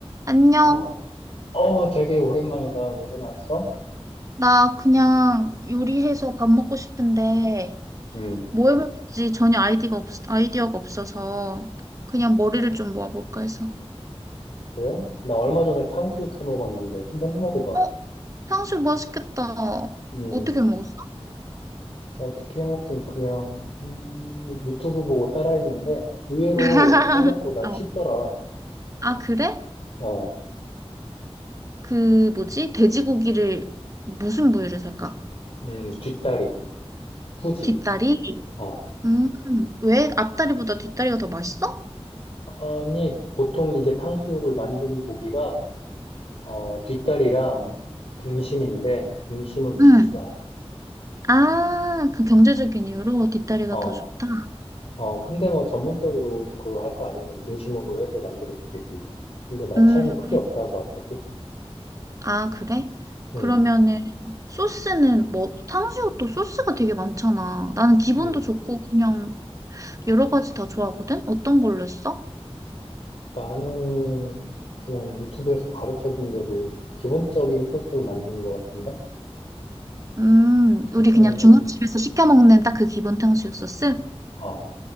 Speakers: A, on the right; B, on the left.
A: 안녕.
B: 어, 어, 되게 오랜만이다. 왜 전화했어?
A: 나 그냥 요리해서 밥 먹고 싶은데
B: 음,
A: 뭐 해볼지 전혀 아이디가 없, 아이디어가 없어서 그냥 머리를 좀 모아볼까 해서.
B: 그래? 나 얼마 전에 탕수육 해 먹었는데 한번 해 먹어봐.
A: 어? 탕수육 맛있겠다.
B: 음,
A: 어떻게 먹었어?
B: 어떻게 해 먹긴 그냥 음, 유튜브 보고 따라했는데 의외로
A: <laughs>
B: 생각보다
A: 어.
B: 쉽더라.
A: 아, 그래?
B: 어,
A: 그 뭐지? 돼지고기를 무슨 부위를 살까?
B: 음, 뒷다리, 후지.
A: 뒷다리?
B: 어,
A: 음, 왜 앞다리보다 뒷다리가 더 맛있어?
B: 아니 보통 이제 탕수육을 만드는 고기가 어, 뒷다리랑 등심인데 등심은 비싸.
A: 음. 아, 그 경제적인 이유로 뒷다리가
B: 어.
A: 더 좋다.
B: 어, 근데 뭐 전문적으로 그거 할 거 아니면 등심으로 해서 만들어도 되지. 근데 맛
A: 음.
B: 차이는 크게 없다고 하더라고.
A: 아, 그래?
B: 응,
A: 그러면은 소스는 뭐 탕수육도 소스가 되게 많잖아. 나는 기본도
B: 응.
A: 좋고 그냥 여러 가지 다 좋아하거든. 어떤 걸로 했어?
B: 나는 그냥 유튜브에서 가르쳐 준 대로 기본적인 소스를 만드는 것 같은데?
A: 음,
B: 소스
A: 우리 그냥
B: 만들,
A: 중국집에서 시켜 먹는 딱 그 기본 탕수육 소스?
B: 어,